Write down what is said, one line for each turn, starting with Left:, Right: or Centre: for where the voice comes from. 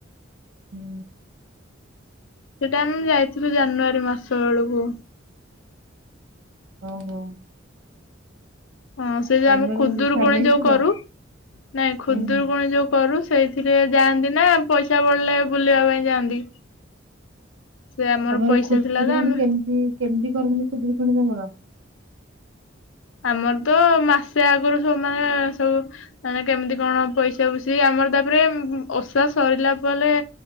Right: ହୁଁ।
Left: ସେଟା ଆମେ ଯାଇଥିଲୁ ଜାନୁଆରୀ ମାସ ବେଳକୁ।
Right: ଓହୋ।
Left: ହଁ ସେ ଯେ
Right: ଫ୍ୟାମିଲି
Left: ଆମେ ଖୁଦୁରୁ କୁଣି ଯୋଉ
Right: ସହିତ?
Left: କରୁ ନାଇଁ ଖୁଦୁରୁକୁଣି
Right: ହୁଁ ହୁଁ
Left: ଯୋଉ କରୁ ସେଇଥିରେ ଯାଆନ୍ତି ନା ପଇସା ବଳିଲେ ବୁଲିବା ପାଇଁ ଯାଆନ୍ତି। ସେ ଆମର
Right: ତମର
Left: ପଇସା
Right: ଖୁଦୁରୁକୁଣୀ
Left: ଥିଲା ତ ଆମେ
Right: କେମିତି କେମିତି କରନ୍ତି ଖୁଦୁରୁକୁୁଣୀ ତମର?
Left: ଆମର ତ ମାସେ ଆଗୁରୁ ସବୁ ମାନେ ସବୁ ମାନେ କେମିତି କଣ ପଇସା ପୁସି ଆମର ତାପରେ ଓଷା ସରିଲା ପଲେ